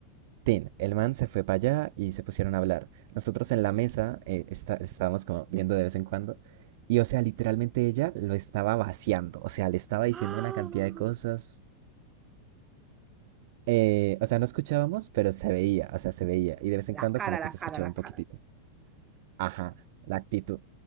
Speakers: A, on the right; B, on the right.
A: Tin, el man se fue para allá y se pusieron a hablar. Nosotros en la mesa eh, está- estábamos como viendo de vez en cuando. Y o sea, literalmente ella lo estaba vaciando. O sea, le estaba diciendo
B: <gasps> ¡ah!
A: una cantidad de cosas. Eh, o sea, no escuchábamos, pero se veía. O sea, se veía. Y de vez en cuando
B: la cara,
A: como que
B: la
A: se escuchaba
B: cara, la
A: un
B: cara.
A: poquitito. Ajá, la actitud.